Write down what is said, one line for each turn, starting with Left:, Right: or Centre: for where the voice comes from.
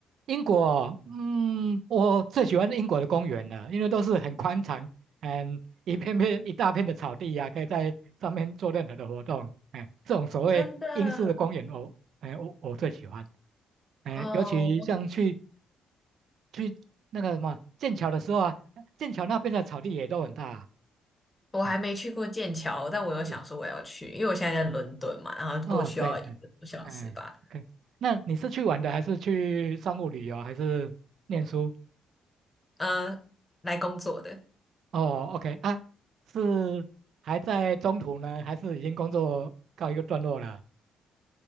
Right: 英国，嗯，我最喜欢英国的公园了，因为都是很宽敞，嗯，一片片一大片的草地呀、可以在上面做任何的活动。哎，这种所谓英式的公园，
Left: 真的
Right: 我，哎，我我最喜欢。哎，
Left: 哦，
Right: 尤其像去
Left: 我
Right: 去那个什么剑桥的时候啊，剑桥那边的草地也都很大。
Left: 我还没去过剑桥，
Right: 哎，
Left: 但我有想说我要去，
Right: 是，
Left: 因为我现在在伦敦嘛，然后过去要一个多小时吧。
Right: 哦，对，哎，哎，OK。那你是去玩的，还是去商务旅游，还是念书？
Left: 嗯、来工作的。
Right: 哦，OK 啊，是还在中途呢，还是已经工作告一个段落了？